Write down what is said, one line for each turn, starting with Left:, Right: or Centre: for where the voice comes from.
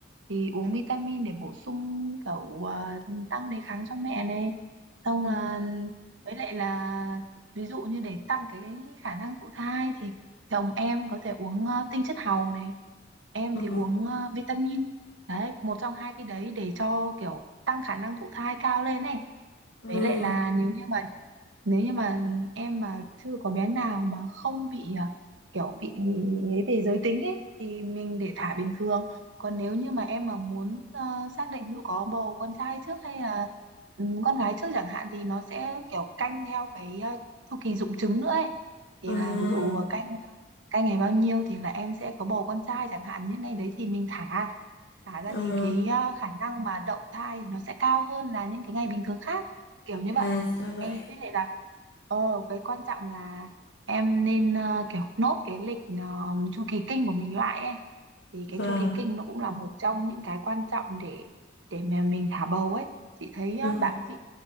Right: thì uống vitamin để bổ sung kiểu ờ, tăng đề kháng cho mẹ này. Xong
Left: Ừ.
Right: là với lại là ví dụ như để tăng cái khả năng thụ thai thì chồng em có thể uống ờ, tinh chất hàu này, em
Left: Ờ.
Right: thì uống ờ, vitamin. Đấy, một trong hai cái đấy để cho kiểu tăng khả năng thụ thai cao lên này.
Left: Ừ.
Right: Với lại là nếu như mà nếu như mà em mà chưa có bé nào mà không bị à, kiểu bị bị, bị ấy về giới tính ấy thì mình để thả bình thường. Còn nếu như mà em mà muốn ờ, xác định ví dụ có bầu con trai trước hay là ừ, con gái trước chẳng hạn thì nó sẽ kiểu canh theo cái ờ, chu kỳ rụng trứng nữa ấy. Thì
Left: À,
Right: là ví dụ canh canh ngày bao nhiêu thì là em sẽ có bầu con trai chẳng hạn những ngày đấy thì mình thả Thả ra
Left: à,
Right: thì cái ờ, khả năng mà đậu thai thì nó sẽ cao hơn là những cái ngày bình thường khác kiểu như
Left: à,
Right: vậy
Left: ra vậy.
Right: em biết lại là ờ với quan trọng là em nên ờ, kiểu nốt cái lịch ờ, chu kỳ kinh của mình lại ấy thì cái
Left: Vâng.
Right: chu kỳ kinh nó cũng là một trong những cái quan trọng để để mà mình thả bầu ấy chị thấy ờ,
Left: À,
Right: bạn chị